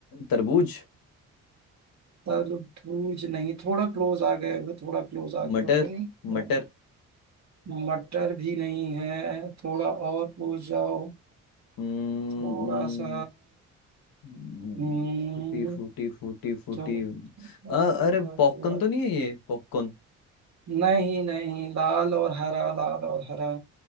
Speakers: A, on the left; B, on the right.
A: तरबूज
B: तर बूझ नहीं थोड़ा क्लोज आ गए हो थोड़ा क्लोज आ
A: मटर
B: गए हो
A: मटर
B: मटर भी नहीं है थोड़ा और क्लोज जाओ
A: हम्म
B: थोड़ा सा
A: हम्म,
B: हम्म
A: फूटी फूटी फूटी फूटी
B: थो- थोड़ा
A: आ, अरे
B: थोड़ा
A: पॉपकॉर्न तो नहीं है ये पॉपकॉर्न
B: नहीं नहीं लाल और हरा लाल और हरा